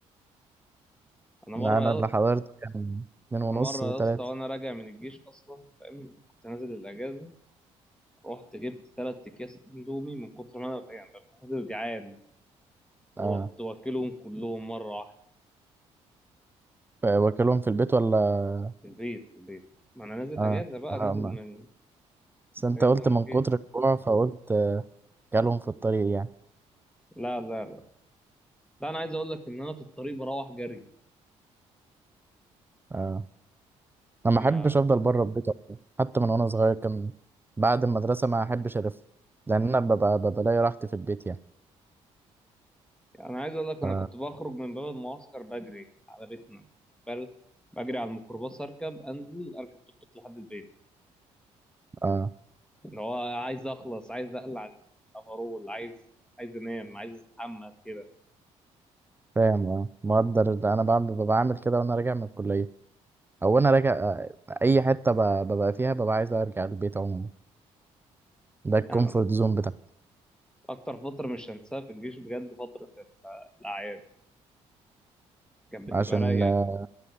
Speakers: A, in the centre; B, on the right.
A: انا
B: لا،
A: مره
B: انا اللي حضرته كان اتنين ونص
A: انا مره
B: وتلاتة
A: يا اسطى وانا راجع من الجيش اصلا فاهم كنت نازل الاجازه رحت جبت ثلاث اكياس اندومي من كتر ما انا يعني ببقى نازل جعان ورحت
B: اه
A: واكلهم كلهم مره واحده
B: ف- واكلهم في البيت ولا
A: في البيت في البيت ما انا نازل
B: اه
A: اجازه بقى
B: اه
A: نازل من
B: ما. بس انت
A: اجازه
B: قلت
A: من
B: من
A: الجيش
B: كتر الجوع فقلت آه، كلهم في الطريق يعني
A: لا لا لا لا انا عايز اقول لك ان انا في الطريق بروح جري
B: اه انا
A: ما
B: ما احبش افضل بره البيت أصلاً. حتى من وانا صغير كان بعد المدرسه ما احبش الف لان انا ببقى ببقى لاقي راحتي في البيت يعني
A: يعني انا عايز اقول لك
B: ف
A: انا كنت بخرج من باب المعسكر بجري على بيتنا بل- بجري على الميكروباص اركب انزل اركب توك توك لحد البيت
B: اه
A: اللي هو عايز اخلص عايز اقلع الافرول عايز عايز انام عايز استحمى كده
B: فاهم اه مقدر ده انا بعمل ببقى بعمل كده وانا راجع من الكليه او انا راجع آه، اي حته ب- ببقى فيها ببقى عايز ارجع البيت عموما ده الكومفورت
A: انا
B: زون بتاعي
A: اكتر فتره مش هنساها في الجيش بجد فتره ال- الاعياد كانت بتبقى
B: عشان
A: رايقه
B: اه